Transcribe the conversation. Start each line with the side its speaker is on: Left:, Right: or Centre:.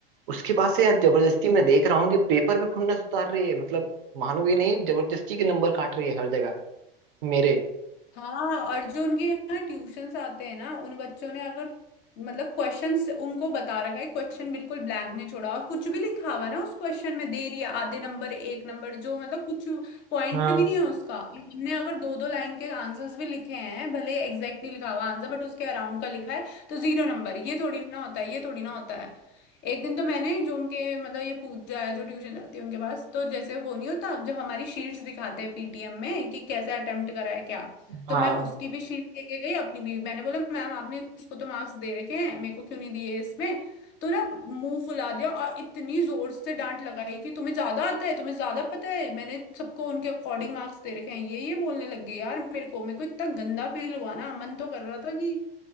Right: उसके पास से यार जबरदस्ती मैं देख रहा हूँ कि पेपर पे खुन्नस उतार रही है मतलब मानोगे नहीं जबरदस्ती के नंबर काट रही है हर जगह मेरे
Left: हाँ और जो उनके यहाँ ट्यूशंस आते हैं ना उन बच्चों ने अगर मतलब क्वेश्चंस उनको बता रखा है क्वेश्चन बिल्कुल ब्लैंक नहीं छोड़ा और कुछ भी लिखा हुआ है ना उस क्वेश्चन में दे रही है आधे नंबर एक नंबर जो मतलब कुछ पॉइंट
Right: हाँ हाँ
Left: भी नहीं है उसका हमने अगर दो दो लाइन के आंसर्स भी लिखे हैं भले एग्जैक्ट नहीं लिखा हुआ आंसर बट उसके अराउंड का लिखा है तो जीरो नंबर ये थोड़ी ना होता है ये थोड़ी ना होता है एक दिन तो मैंने जो उनके मतलब ये पूजा है जो ट्यूशन जाती है उनके पास तो जैसे वो नहीं होता जब हमारी शीट्स दिखाते हैं पीटीएम में कि कैसे अटेम्प्ट करा है क्या
Right: हाँ
Left: तो मैं उसकी
Right: हाँ
Left: भी शीट लेके गई अपनी भी मैंने बोला मैम आपने इसको तो मार्क्स दे रखे हैं मेरे को क्यों नहीं दिए इसमें तो ना मुंह फुला दिया और इतनी जोर से डांट लगाई कि तुम्हें ज्यादा आता है तुम्हें ज्यादा पता है मैंने सबको उनके अकॉर्डिंग मार्क्स दे रखे हैं ये ये बोलने लग गई यार मेरे को मेरे को इतना गंदा फील हुआ ना मन तो कर रहा था कि